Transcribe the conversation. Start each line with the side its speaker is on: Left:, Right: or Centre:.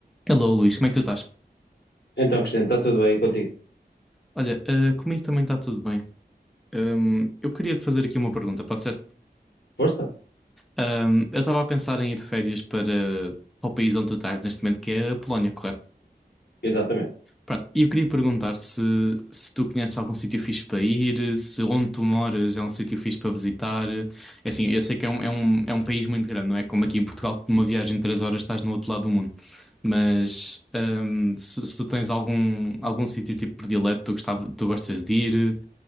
Centre: Hello, Luís, como é que tu estás?
Left: Então, presidente, está tudo bem contigo?
Centre: Olha, ah, comigo também está tudo bem. Ahm, eu queria te fazer aqui uma pergunta, pode ser?
Left: Força?
Centre: Ahm, eu estava a pensar em ir de férias para, para o país onde tu estás neste momento, que é a Polónia, correto?
Left: Exatamente.
Centre: Pronto, e eu queria perguntar se, se tu conheces algum sítio fixe para ir, se onde tu moras é um sítio fixe para visitar. É Assim, eu sei que é um, é um, é um país muito grande, não é? Como aqui em Portugal, que numa viagem de três horas estás no outro lado do mundo. Mas ahm, se, se tu tens algum, algum sítio tipo predileto, tu, gostava, tu gostas de ir.